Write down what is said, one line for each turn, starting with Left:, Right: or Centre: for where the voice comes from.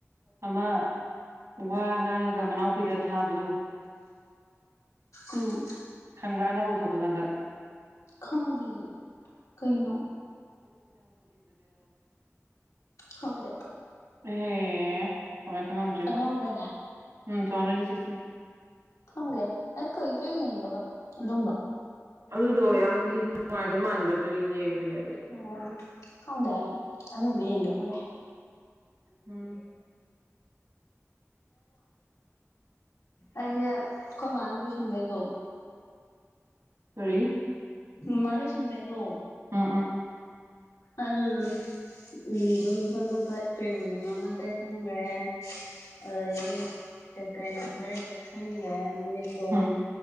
Right: ꯑꯃ ꯋꯥ ꯉꯥꯡꯉꯒ ꯃꯅꯥꯎꯄꯤꯗ ꯊꯥꯕꯗꯨ
Left: ꯎꯝ
Right: ꯅ ꯊꯣꯛ ꯏꯖꯗ
Left: ꯈꯪꯗꯤꯌꯦ ꯀꯩꯅꯣ ꯈꯪꯗꯦ
Right: ꯍ ꯀꯃꯥꯏꯅ ꯈꯪꯉꯝꯗ꯭ꯣꯏꯦꯕ
Left: ꯑꯅꯧꯕꯅꯦ
Right: ꯎꯝ ꯆꯥꯎꯥꯗꯣꯏꯅꯦ ꯁꯤꯁꯀꯤ
Left: ꯈꯪꯒꯦ ꯑꯩ ꯀꯨꯏꯗꯦ ꯌꯦꯡꯗꯕ ꯑꯗꯨꯝꯕ
Right: ꯑꯗꯨꯗꯣ ꯌꯥꯝ ꯍꯤ ꯅꯨꯡꯉꯥꯏꯗ ꯃꯥꯟꯕ ꯑꯗꯨꯗꯤ ꯌꯦꯡꯕꯅꯦ
Left: ꯑꯣ ꯈꯪꯗꯥꯏ ꯑꯗꯨꯝꯕ ꯌꯦꯡꯗ ꯀꯨꯏꯔꯦ
Right: ꯎꯝ
Left: ꯑꯩꯦ ꯀꯃ ꯁꯟꯚꯏꯗꯣ
Right: ꯀꯔꯤ
Left: ꯃꯃꯥ ꯂꯣꯏꯁꯟꯕꯩꯗꯣ
Right: ꯎꯝ ꯎꯝ
Left: ꯑꯗꯨ ꯑꯗꯨꯝ ꯎꯝ ꯑꯗꯨꯝ ꯐ ꯐꯕ ꯀ꯭ꯔꯤꯝ ꯃꯥꯡ ꯑꯃ ꯇꯥꯏ ꯈꯪꯈ꯭ꯔꯦ ꯑꯩ ꯀꯩꯀꯩꯅ ꯈꯔ ꯌꯦꯛꯁꯟꯈ꯭ꯔꯦ ꯃꯃꯤꯠꯇꯣ
Right: ꯎꯝ